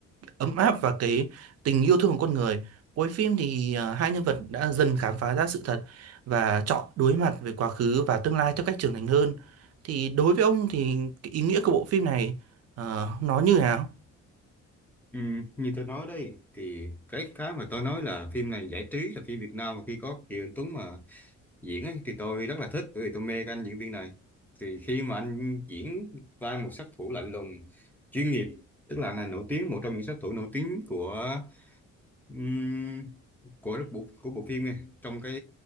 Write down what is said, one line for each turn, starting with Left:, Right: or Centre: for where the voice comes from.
Right: ấm áp và cái tình yêu thương của con người. Cuối phim thì à, hai nhân vật đã dần khám phá ra sự thật và chọn đối mặt với quá khứ và tương lai theo cách trưởng thành hơn. Thì đối với ông thì cái ý nghĩa của bộ phim này ờ, nó như nào?
Centre: ừ, như tôi nói đây thì cái cái mà tôi nói là phim này giải trí là phim Việt Nam mà khi có Kiều Anh Tuấn mà diễn ấy thì tôi rất là thích bởi vì tôi mê cái anh diễn viên này thì khi mà anh diễn vai một sát thủ lạnh lùng chuyên nghiệp tức là anh này nổi tiếng một trong những sát thủ nổi tiếng của Ừm, của rất bộ của bộ phim này trong cái